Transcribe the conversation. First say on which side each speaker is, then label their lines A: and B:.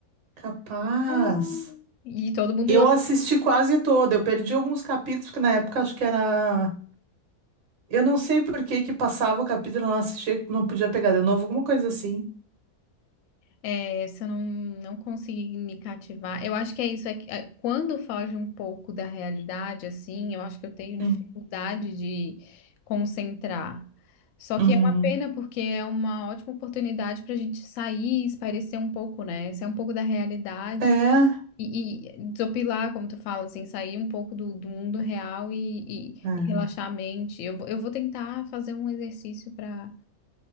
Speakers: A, on the right (about 60°); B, on the left (about 65°).
A: Capaz.
B: Ah, E todo mundo
A: Eu assisti quase toda. Eu perdi alguns capítulos, porque na época acho que era. Eu não sei por que que passava o capítulo, eu não assistia, não podia pegar de novo, alguma coisa assim.
B: É, se eu não, não conseguir me cativar, eu acho que é isso, é que é, quando foge um pouco da realidade, assim, eu acho que eu tenho dificuldade
A: Hum.
B: de concentrar. Só
A: Uhum.
B: que é uma pena, porque é uma ótima oportunidade para a gente sair, espairecer um pouco, né? Sair um pouco da realidade
A: É.
B: e, e desopilar, como tu fala, assim, sair um pouco do, do mundo real e, e-
A: É,
B: e relaxar a mente. Eu, vou- eu vou tentar fazer um exercício para